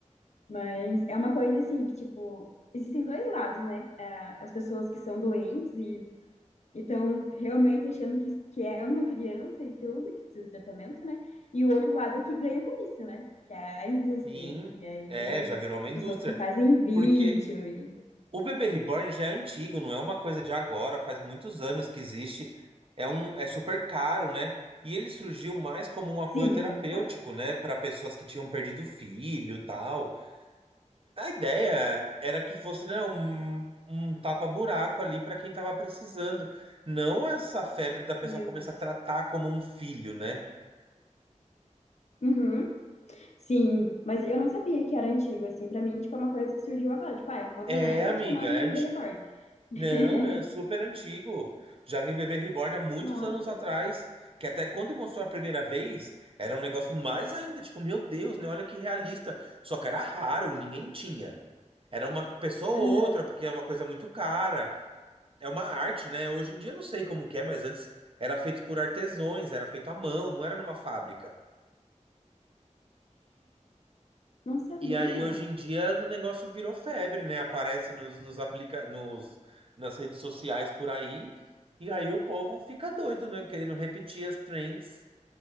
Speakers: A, on the left; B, on the right.
A: Mas é uma coisa assim que, tipo, existem dois lados, né? É, As pessoas que são doentes e estão realmente achando que, que é uma criança e tudo, que precisa de tratamento, né? E o outro lado é que ganha com isso, né? Que é a indústria.
B: Sim,
A: E aí
B: é,
A: tem
B: já virou uma
A: as
B: indústria.
A: pessoas que fazem vídeo
B: Porque
A: e.
B: O bebê reborn já é antigo, não é uma coisa de agora, faz muitos anos que existe. É um, é super caro, né? E ele surgiu mais como um apoio
A: Sim,
B: terapêutico,
A: é muito caro.
B: né, para pessoas que tinham perdido filho, tal. A ideia era que fosse, né, um, um tapa-buraco ali para quem tava precisando, não essa febre da pessoa
A: Meu
B: começar
A: Deus.
B: a tratar como um filho, né?
A: Uhum. Sim, mas eu não sabia que era antigo, assim. Pra mim, tipo, é uma coisa que surgiu agora. Tipo, ah, é uma boneca
B: É, amiga,
A: que chamaram de bebê
B: é
A: reborn. <laughs>
B: Não, é super antigo. Já vi Bebê Reborn há muitos
A: Nossa,
B: anos atrás, que até quando mostrou a primeira vez, era um negócio mais ainda, tipo, meu Deus, né? Olha que realista. Só que era raro, ninguém tinha. Era uma pessoa ou
A: aham,
B: outra, porque é uma coisa muito cara. É uma arte, né? Hoje em dia eu não sei como que é, mas antes era feito por artesões, era feito à mão, não era numa fábrica.
A: Não sabia.
B: E aí, hoje em dia, o negócio virou febre, né? Aparece nos, nos aplica... nos, nas redes sociais por aí. E aí o povo fica doido, né? Querendo repetir as trends